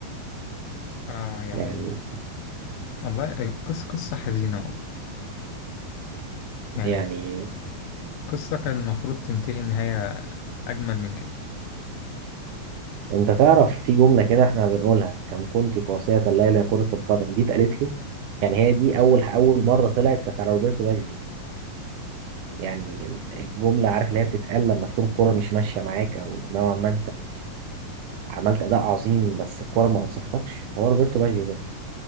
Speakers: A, on the left; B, on the right.
A: آه يعني
B: يعني
A: والله قصة قصة حزينة والله يعني
B: يعني
A: قصة كان المفروض تنتهي نهاية أجمل من كده
B: انت تعرف في جملة كده احنا بنقولها كم كنت قاسية الليلة يا كرة القدم دي اتقالت له يعني هي دي اول اول مرة طلعت كانت على روبرتو باجيو يعني الجملة عارف اللي هي بتتقال لما تكون الكرة مش ماشية معاك او نوعا ما عملت اداء عظيم بس الكوره ما انصفتكش هو روبرتو باجيو كده